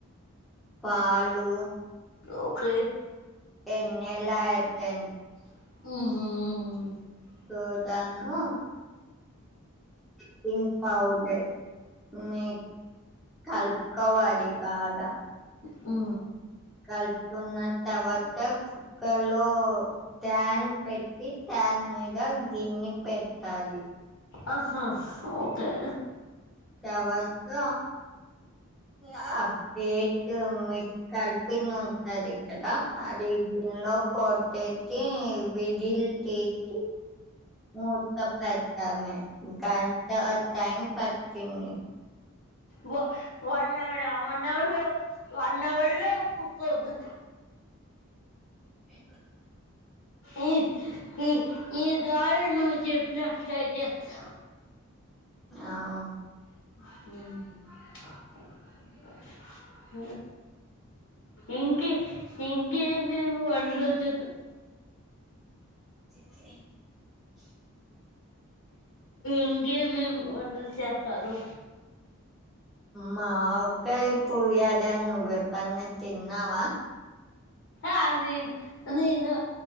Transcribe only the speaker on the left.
ఓకే
ఉహు హు హు
హు
ఆహా ఓకే
వ one hour one hour one hour లో కుక్కు వద్దు
ఈ ఈ ఈ గాలి నువ్వు చెప్పినట్ ట్రై చేస్తా
<inaudible> ఇంకే ఇంకే మేమువళ్ళు <inaudible>
ఇంకే మేము వంటలు చేస్తారు
ఆది నేను